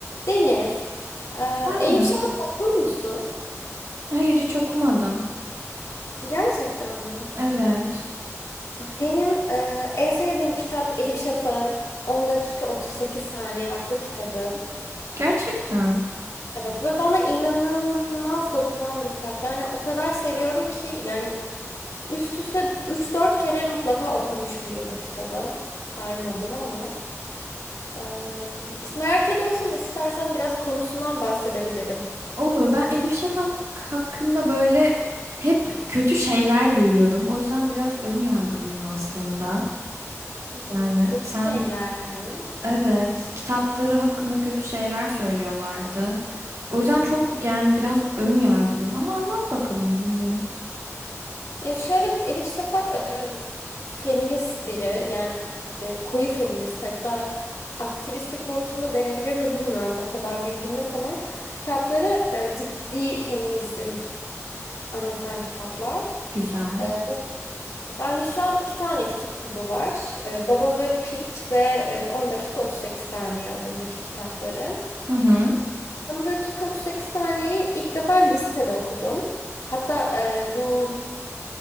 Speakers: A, on the left; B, on the right.
A: Deniz, e,
B: Efendim?
A: Elif Şafak okur musun?
B: Hayır hiç okumadım.
A: Gerçekten mi?
B: Evet.
A: Benim e, en sevdiğim kitap Elif Şafak'ın On dakika Otuz Sekiz saniye adlı kitabı.
B: Gerçekten.
A: Evet ve bana inanılmaz dokunan bir kitap. Yani o kadar seviyorum ki yani üst üste üç dört kere mutlaka okumuşumdur bu kitabı. Saymadım ama. e, işte merak ediyorsan istersen biraz konusundan bahsedebilirim.
B: Olur. Ben Elif Şafak hakkında böyle hep kötü şeyler duyuyordum. O yüzden biraz ön yargılıyım aslında.
A: Hmm,
B: Yani
A: kötü
B: sen
A: şeyler mi?
B: evet kitapları hakkında kötü şeyler söylüyorlardı. O yüzden çok yani biraz ön yargılıyım ama anlat bakalım dinleyeyim.
A: Ya şöyle Elif Şafak e, feminist biri yani koyu feminist hatta aktivistlik boyutunda denebilir mi bilmiyorum o kadar bilgim yok ama kitapları e, ciddi feminizm anlatan kitaplar.
B: Güzel.
A: E, ben de şu an iki tane kitabı var. E, Baba ve Peach ve e, 10 dakika 38 saniye adındaki kitapları.
B: Hı hı.
A: 10 dakika 38 saniyeyi ilk defa lisede okudum. Hatta e, bu